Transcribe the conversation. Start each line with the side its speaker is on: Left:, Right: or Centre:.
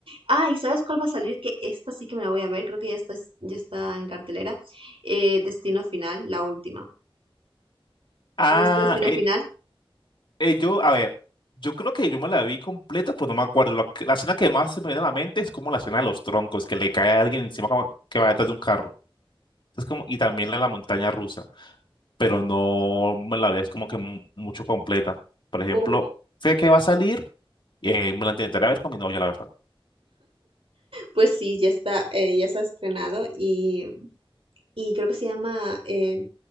Right: Ah, ¿y sabes cuál va a salir? Que esta sí que me la voy a ver, creo que ya está, ya está en cartelera. Eh, Destino Final, la última.
Left: Ah,
Right: ¿Has visto Destino
Left: eh,
Right: Final?
Left: eh, yo, a ver, yo creo que yo me la vi completa, pues no me acuerdo. Lo que- La, escena que más se me viene a la mente es como la escena de los troncos, que le cae a alguien encima como que va detrás de un carro. Es como, y también la de la montaña rusa. pero no me la veía es como que mu- mucho completa. Por ejemplo,
Right: Uh,
Left: sé que va a salir, eh, me la intentaré ver con mi novia, la verdad.
Right: pues sí, ya está, eh, ya se ha estrenado y y creo que se llama eh,